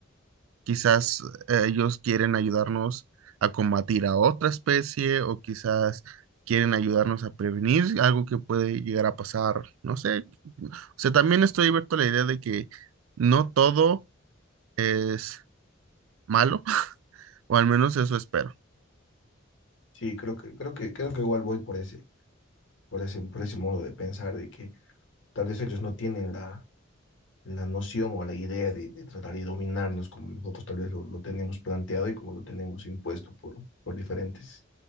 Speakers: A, on the right; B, on the left.
A: Quizás eh, ellos quieren ayudarnos a combatir a otra especie o quizás quieren ayudarnos a prevenir algo que puede llegar a pasar, no sé. O sea, también estoy abierto a la idea de que no todo es malo, <laughs> o al menos eso espero.
B: Sí, creo que, creo que, creo que igual voy por ese, por ese, por ese modo de pensar de que tal vez ellos no tienen la, la noción o la idea de, de tratar de dominarnos como nosotros tal vez lo, lo tenemos planteado y como lo tenemos impuesto por, por diferentes